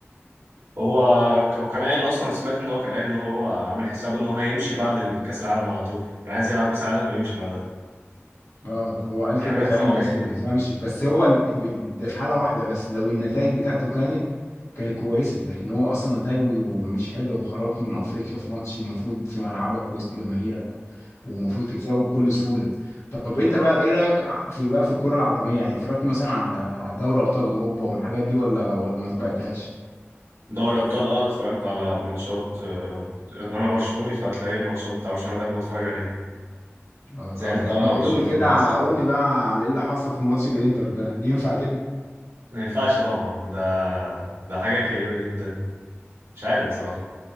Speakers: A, on the right; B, on the left.
A: هو هو كان قايل اصلا سمعت ان هو كان قايل ان هو عامل حساب ان هو هيمشي بعد الكاس العالم على طول كان عايز يلعب كاس العالم ويمشي بعدها
B: اه هو قال
A: كان
B: كده
A: عامل
B: فعلا
A: حسابه على
B: بس
A: كده
B: ما
A: يعني
B: تفهمش بس هو ال- ب- ده في حاله واحده بس لو النتائج بتاعته كانت كانت كويسه لكن هو اصلا نتائجه مش حلوه وخرجك من افريقيا في ماتش المفروض في ملعبك وسط جماهيرك ومفروض تكسبه بكل سهوله طب انت بقى ايه رايك في بقى في الكره العالميه يعني اتفرجت مثلا على دوري ابطال اوروبا والحاجات دي ولا ولا ما تابعتهاش
A: دوري ابطال اه اتفرجت على ماتشات آه، انا برشلوني فهتلاقي الماتشات بتاع برشلونه دايما بتفرج عليها
B: اه طبعا
A: زعلت
B: طب
A: قوي على
B: ما تقول
A: برشلونه
B: لي كده
A: لما خسر
B: قول لي بقى على ايه اللي حصل في ماتش الانتر ده ينفع كده
A: ما ينفعش طبعا ده ده حاجه كئيبه جدا مش عارف بصراحه